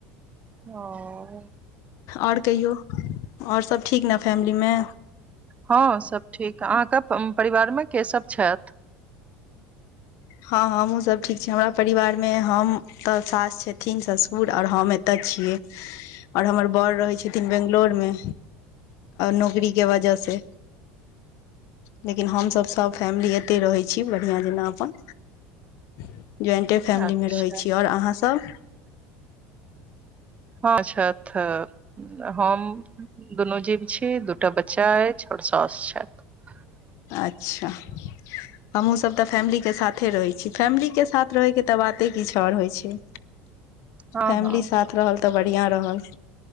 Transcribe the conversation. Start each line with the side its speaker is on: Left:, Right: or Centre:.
Right: हां
Left: आओर कहियौ आओर सभ ठीक ने फैमिलीमे
Right: हँ सब ठीक अहाँके परिवार मे के सब छैथ
Left: हँ हमहुं सब ठीक छी हमरा परिवार मे हम तऽ सास छथिन ससुर आओर हम ए तऽ छियै आओर हमर बड़ रहैत छथिन बेंगलोर मे नौकरी के वजह से लेकिन हमस सब फैमिली एते रहै छी बढ़िया जेना अपन ज्वइंटे फैमली
Right: अच्छा
Left: रहैत छी आओर अहाँसभ
Right: हॅं छथ तऽ हम दुनू जीव छी दूटा बच्चा अछि पर सास छथि
Left: अच्छा हमहहुँसभ तऽ फैमिली के साथे रहै छी फैमिली के साथ रहैके तऽ बाते किछु आओर होइत छै
Right: <inaudible>
Left: फैमिली
Right: हँ
Left: साथ रहल तऽ बढ़िआँ रहल